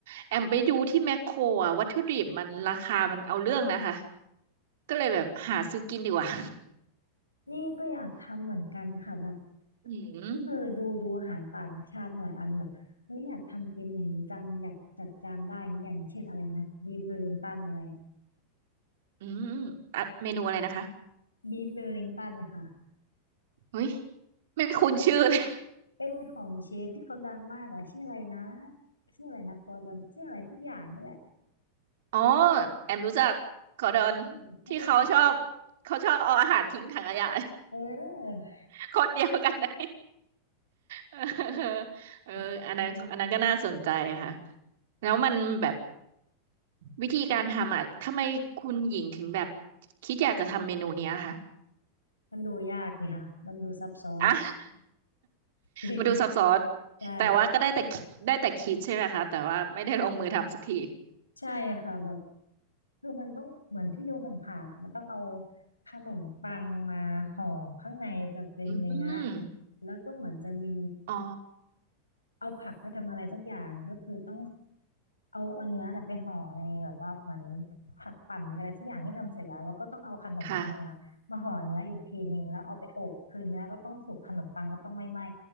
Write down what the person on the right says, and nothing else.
แอมไปดูที่แมคโครอะวัตถุดิบมันราคามันเอาเรื่องนะคะก็เลยแบบหาซื้อกินดีกว่า
<laughs> อืม
อืมอะเมนูอะไรนะคะ
เฮ้ยไม่คุ้นชื่อเลย
อ๋อแอมรู้จักคอร์ดอน
ที่เขาชอบเขาชอบเอาอาหารทิ้งถังขยะ
<laughs> คนเดียวกันนะ เออเอออันนั้นอันนั้นก็น่าสนใจค่ะ
แล้วมันแบบวิธีการทำอ่ะทำไมคุณหญิงถึงแบบคิดอยากจะทำเมนูเนี้ยคะ
อ่ะ <laughs>
มาดูซับซ้อน
แต่ว่าก็ได้แต่คิดได้แต่คิดใช่ไหมคะแต่ว่าไม่ได้ลงมือทำสักที
อืม
อ๋อ
ค่ะ